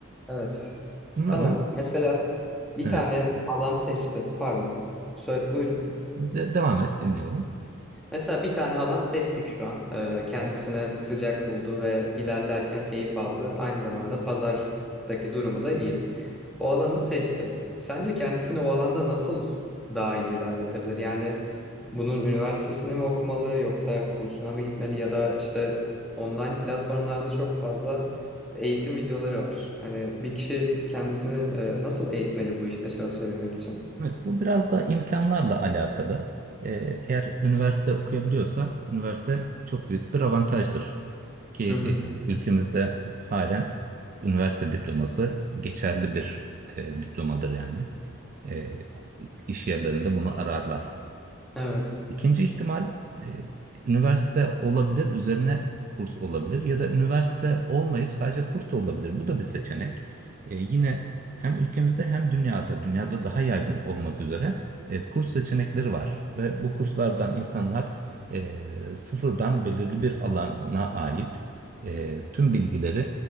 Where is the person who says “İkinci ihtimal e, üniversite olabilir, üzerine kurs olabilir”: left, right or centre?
Right